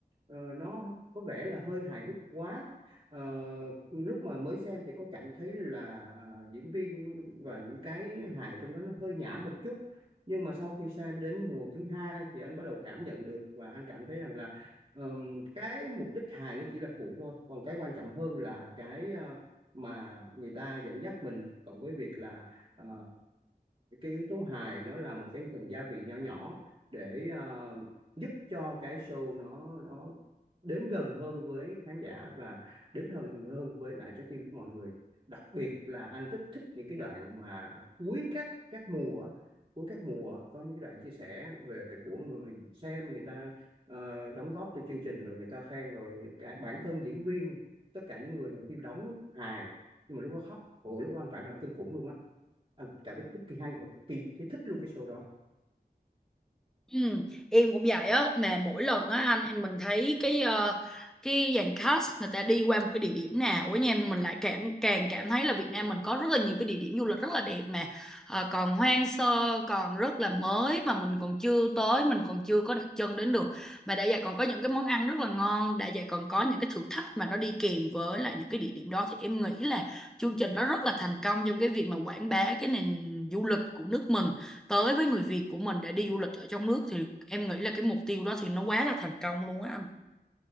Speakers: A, on the right; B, in the centre.
A: ờ, nó có vẻ là hơi hài hước quá. Ờ, lúc mà mới xem thì có cảm thấy là ờ, diễn viên và những cái hài trong đó nó hơi nhảm một chút. Nhưng mà sau khi xem đến mùa thứ hai thì anh bắt đầu cảm nhận được và anh cảm thấy rằng là ờm, cái mục đích hài nó chỉ là phụ thôi, còn cái quan trọng hơn là cái ờ, mà người ta dẫn dắt mình cộng với việc là ờ, cái yếu tố hài nó là một cái phần gia vị nhỏ nhỏ để ờ, giúp cho cái show nó nó đến gần hơn với khán giả và đến hơn hơn với lại trái tim của mọi người đặc biệt là anh rất thích những cái đoạn mà cuối các các mùa á, cuối các mùa có những cái đoạn chia sẻ về của người xem người ta ờ, đóng góp cho chương trình rồi người ta khen rồi cả bản thân diễn viên tất cả những người mà khi đóng hài nhưng mà lúc đó khóc hồi lúc đó anh cảm động kinh khủng luôn á anh cảm thấy cực kỳ hay và cực kỳ thấy thích luôn cái show đó
B: Ừ, em cũng vậy á mà mỗi lần á anh em mình thấy cái ờ, cái dàn cast người ta đi qua một cái địa điểm nào ở nhà mình lại cảm càng cảm thấy là Việt Nam mình có rất là nhiều cái địa điểm du lịch rất là đẹp mà ờ, còn hoang sơ còn rất là mới mà mình còn chưa tới mình còn chưa có đặt chân đến được mà đã vậy còn có những cái món ăn rất là ngon đã vậy còn có những cái thử thách mà nó đi kèm với lại những cái địa điểm đó thì em nghĩ là chương trình nó rất là thành công trong cái việc mà quảng bá cái nền du lịch của nước mình tới với người Việt của mình để đi du lịch ở trong nước thì em nghĩ là cái mục tiêu đó thì nó quá là thành công luôn á anh